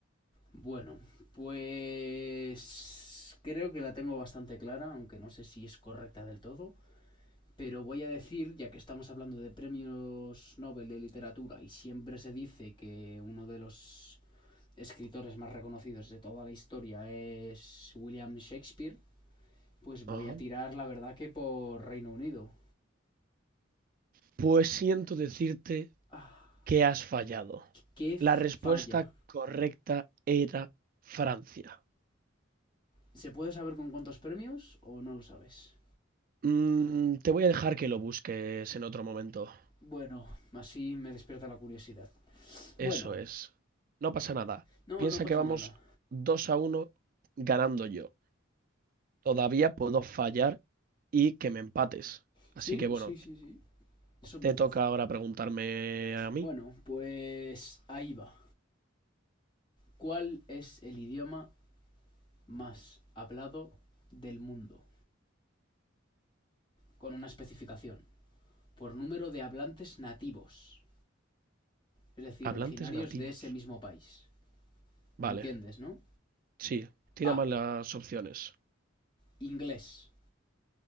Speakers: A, on the left (about 25°); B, on the right (about 45°).
A: Bueno, pues creo que la tengo bastante clara, aunque no sé si es correcta del todo, pero voy a decir, ya que estamos hablando de premios Nobel de literatura y siempre se dice que uno de los escritores más reconocidos de toda la historia es William Shakespeare, pues voy
B: Ajá.
A: a tirar la verdad que por Reino Unido.
B: Pues siento decirte
A: Ah,
B: que has fallado.
A: qué falla.
B: La respuesta correcta era Francia.
A: ¿Se puede saber con cuántos premios o no lo sabes?
B: Mm, te voy a dejar que lo busques en otro momento.
A: Bueno, así me despierta la curiosidad. Bueno,
B: Eso es. No pasa nada.
A: no,
B: Piensa
A: no pasa
B: que vamos
A: nada.
B: 2 a uno ganando yo. Todavía puedo fallar y que me empates. Así
A: Sí,
B: que bueno,
A: sí, sí, sí. Eso es
B: te
A: verdad.
B: toca ahora preguntarme a mí.
A: Bueno, pues ahí va. ¿Cuál es el idioma más hablado del mundo? Con una especificación. Por número de hablantes nativos. Es decir,
B: Hablantes
A: originarios
B: nativos.
A: de ese mismo país.
B: Vale,
A: ¿Entiendes, no?
B: sí, tira
A: A.
B: más las opciones.
A: Inglés.